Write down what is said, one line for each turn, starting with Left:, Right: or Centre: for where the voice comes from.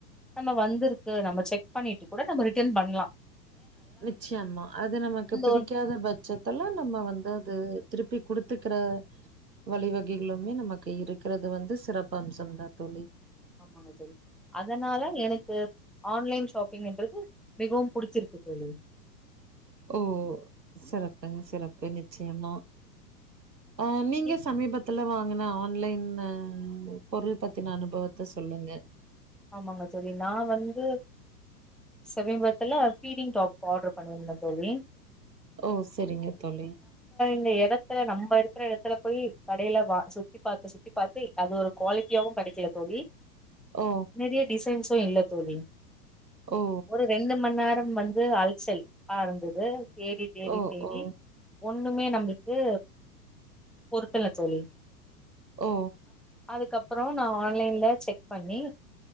Centre: நம்ம வந்திருக்கு நம்ம செக் பண்ணிட்டு கூட நம்ம ரி டென் பண்ணலா
Right: நிச்சயமா அது நமக்கு பிடிக்காத
Centre: ஒரு
Right: பட்சத்துல நம்ம வந்து அது திருப் இப்படி குடுத்துக்கிற வழிவகைகளுமே நமக்கு இருக்கிறது வந்து சிறப்பு அம்சம்தான் தோழி
Centre: ஆமாங்க சரி அதனால எனக்கு ஆன்லைன் ஷாப்பிங்ன்றது மிகவும் புடிச்சிருக்கு தோழி
Right: ஓ சிறப்புங்க சிறப்பு நிச்சயமா ஆ நீங்க
Centre: நீ
Right: சமீபத்துல வாங் <inaudible> ஆன்லைன் பொருள் பத்தின அனுபவத்த சொல்லுங்க
Centre: ஆமாங்க தோழி நா வந்து சமிபத்துல பீடிங் டாப் ஆட்ரு பன்னிருந்தே தோழி
Right: ஓ செரிங்க தோழி
Centre: இந்த இடத்துல நம்ம இருக்கிற இடத்துல போய் கடயில வா சுத்தி பாத்து சுத்தி பாத்து அது ஒரு குவாலிட்டியாவ கெ. டைக்கல தோழி
Right: ஓ
Centre: நெறைய டிசைன்சோ இல்ல தோழி
Right: ஓ
Centre: ஒரு ரெண்டு மணி நேர ம் வந்து அல்சல் அ இருந்தது தேடி தேடி
Right: ஓ
Centre: தேடி
Right: ஓ
Centre: ஒண்ணுமே நம்புளுக்கு பொருத்தல தோலி
Right: ஓ
Centre: அதுக்கப்புறம் நா ஆன்லைன்ல செக் பண்ணி